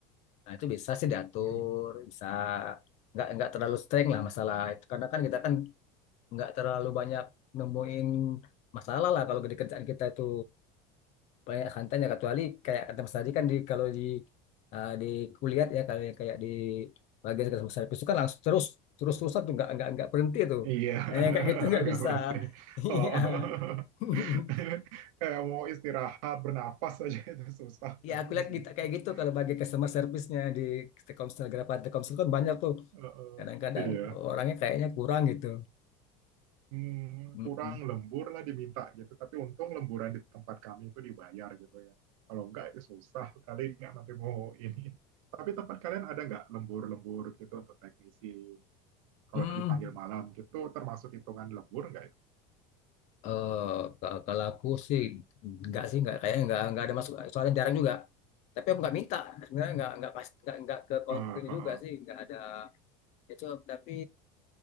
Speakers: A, on the left (about 45°); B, on the right (about 80°).
A: nah itu bisa sih diatur
B: Hmm.
A: bisa nggak nggak terlalu streng lah masalah itu karena kan kita kan nggak terlalu banyak nemuin masalah lah kalau di kerjaan kita itu banyak santannya kecuali kayak kata Mas tadi kan di kalau di eh, di kuliah ya kalau yang kayak di bagian kerja Mas Hafiz itu kan langsung terus terus terus tuh nggak nggak nggak berhenti tuh
B: Iya, <laughs>
A: nah yang kayak gitu nggak
B: nggak
A: bisa
B: berhenti.
A: <laughs> Iya.
B: Oh.
A: <laughs>
B: <laughs> Kayak mau istirahat, bernafas aja itu susah kan
A: Ya aku
B: di
A: lihat
B: sini.
A: kita
B: <laughs>
A: kayak gitu kalau bagi customer service-nya di Telkomsel Grab Telkomsel kan banyak tuh.
B: Heeh,
A: Kadang-kadang
B: Iya,
A: orangnya kayaknya kurang gitu.
B: Hmm,
A: Mm-mm.
B: kurang lembur lah diminta gitu. Tapi untung lemburan di tempat kami itu dibayar gitu ya. Kalau enggak itu susah kali nggak nanti mau ini. Tapi tempat kalian ada nggak lembur-lembur gitu untuk teknisi? Kalau
A: Hmm.
B: dipanggil malam gitu termasuk hitungan lembur nggak itu?
A: eh ka- kalau aku sih nggak sih nggak kayaknya nggak nggak ada masuk soalnya jarang juga tapi aku nggak minta sebenarnya nggak nggak pas nggak nggak ke konflik
B: Ah, ah,
A: juga
B: ah.
A: sih nggak ada itu tapi